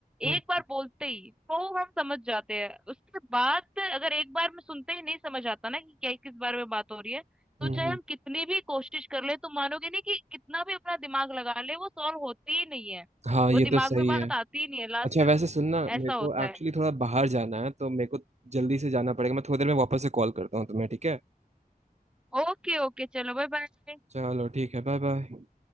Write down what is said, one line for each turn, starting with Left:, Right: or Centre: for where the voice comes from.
Right: हम्म
Centre: एक बार बोलते ही तो हम समझ जाते हैं उसके बाद अगर एक बार में सुनते ही नहीं समझ आता ना कि क्या किस बारे में बात हो रही है तो
Right: हम्म
Centre: चाहे
Right: हम्म।
Centre: हम कितनी भी कोशिश कर ले तो मानोगे नहीं कि कितना भी अपना दिमाग लगा ले वो सॉल्व होती ही नहीं है
Right: हाँ ये
Centre: वो दिमाग
Right: तो सही
Centre: में बात
Right: है
Centre: आती ही नहीं है लास्ट
Right: अच्छा
Centre: में
Right: वैसे सुनना मेरे
Centre: ऐसा
Right: को
Centre: होता
Right: एक्चुअली
Centre: है
Right: थोड़ा बाहर जाना है तो मेरे को जल्दी से जाना पड़ेगा मैं थोड़ी देर में वापस से कॉल करता हूँ तुम्हें ठीक है
Centre: ओके ओके चलो बाय बाय
Right: चलो ठीक है बाय बाय